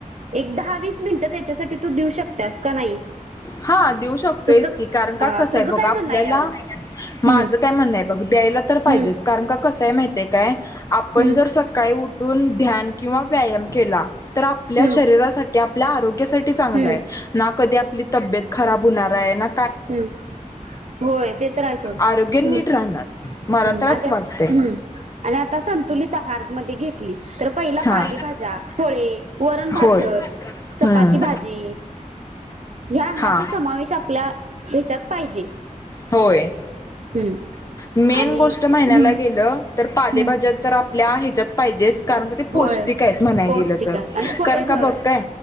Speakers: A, on the right; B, on the left.
A: एक दहा वीस मिनिटं त्याच्यासाठी तू देऊ शकत्यास का नाही?
B: हा देऊ शकतोयच
A: तुझं
B: की, कारण का
A: हा
B: कसं
A: तुझं
B: आहे बघ
A: काय
B: आपल्याला
A: म्हणणं आहे यावर?
B: माझं
A: हम्म
B: काय म्हणणं आहे बघ द्याय तर पाहिजेच.
A: हम्म
B: कारण का, कसंय माहितेय काय आपण
A: हम्म
B: जर सकाळी उठून ध्यान किंवा व्यायाम केला, तर आपल्या
A: हम्म
B: शरीरासाठी ते आपल्या आरोग्यासाठी चांगलंय.
A: हम्म
B: ना कधी आपली तब्येत खराब हुणार रायना.
A: हं होय, ते तर हाय सोड
B: आरोग्य नीट
A: हं
B: राहणार मला
A: हं
B: तर असं वाटतंय
A: आणि आता संतुलित आहार मध्ये घेतलीस तर पहिला
B: हा
A: पालेभाज्या, फळे वरणभात
B: होय
A: धर. चपाती
B: हम्म
A: भाजी ह्या अन्नाचा
B: हा
A: समावेश आपल्या ह्याच्यात पाहिजे.
B: होय
A: हम्म
B: मेन
A: आणि
B: गोष्ट महिन्याला
A: हम्म
B: गेलं तर पालेभाज्या
A: हम्म
B: तर आपल्या आहेत पाहिजेच कारण का ते पौष्टिक
A: होय
B: आहेत म्हणाय
A: पौष्टिक
B: गेलं तर
A: आहे आणि फळे
B: कारण का
A: धर
B: बघ काय